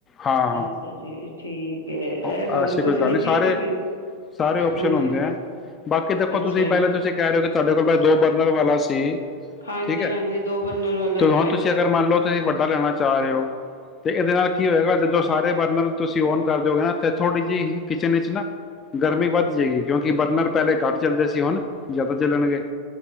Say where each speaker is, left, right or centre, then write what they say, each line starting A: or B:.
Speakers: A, on the left; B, on the left.
A: ਹਾਂ
B: ਅੱਛਾ ਜੀ ਠੀਕ ਇਹ
A: ਹਾਂ
B: ਗੱਲ
A: ਐਸੀ
B: ਪੁੱਛਣੀ
A: ਕੋਈ ਨਹੀਂ, ਸਾਰੇ
B: ਸੀ ਕਿ
A: ਸਾਰੇ ਓਪਸ਼ਨ
B: ਹਾਂਜੀ
A: ਹੁੰਦੇ ਹੈ। ਬਾਕੀ ਦੇਖੋ,
B: ਅੱਛਾ
A: ਤੁਸੀਂ
B: ਜੀ
A: ਪਹਿਲੇ ਤੁਸੀਂ ਕਹਿ ਰਹੇ ਹੋ ਕਿ ਤੁਹਾਡੇ ਕੋਲ ਦੋ ਬਰਨਰ ਵਾਲਾ ਸੀ।
B: ਹਾਂਜੀ
A: ਠੀਕ ਹੈ।
B: ਹਾਂਜੀ ਦੋ ਬਣਨਰ ਵਾਲਾ
A: ਤੇ ਹੁਣ
B: ਹੈ।
A: ਤੁਸੀਂ ਅਗਰ ਮੰਨ ਲਓ। ਤੁਸੀਂ ਵੱਡਾ ਲੈਣਿਆਣਾ ਚਾਹ ਰਹੇ ਹੋ ਤੇ ਇਹਦੇ ਨਾਲ ਕੀ ਹੋਏਗਾ ਜਦੋਂ ਸਾਰੇ ਬਰਨਰ ਤੁਸੀਂ ਓਨ ਕਰ ਦਿਓਗੇ ਨਾ ਥੋੜ੍ਹੀ ਜਿਹੀ ਕਿਚਨ ਵਿੱਚ ਨਾ ਗਰਮੀ ਵੱਧ ਜਾਏਗੀ, ਕਿਉਂਕਿ ਬਰਨਰ ਪਹਿਲੇ ਘੱਟ ਚੱਲਦੇ ਸੀ ਹੁਣ ਜ਼ਿਆਦਾ ਚੱਲਣਗੇ।